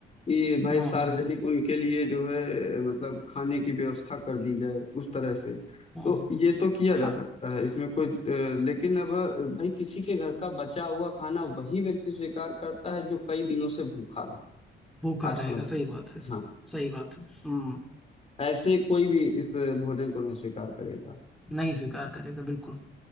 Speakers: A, on the left (about 30°); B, in the centre.
A: कि भाई
B: हम्म
A: सार्वजनिक
B: हम्म हम्म
A: उनके लिए जो है मतलब खाने की व्यवस्था कर दी जाए उस तरह से
B: हम्म,
A: तो
B: हम्म।
A: ये तो किया
B: हाँ
A: जा सकता है इसमें कोई अ, लेकिन अब अ, भाई किसी के घर का बचा हुआ खाना वही व्यक्ति स्वीकार करता है जो कई दिनों से भूखा रहा
B: भूखा
A: आप
B: रहेगा
A: समझिए
B: सही बात है
A: हाँ
B: सही बात है हम्म
A: ऐसे कोई भी इस भोजन को नहीं स्वीकार करेगा
B: नहीं स्वीकार करेगा बिल्कुल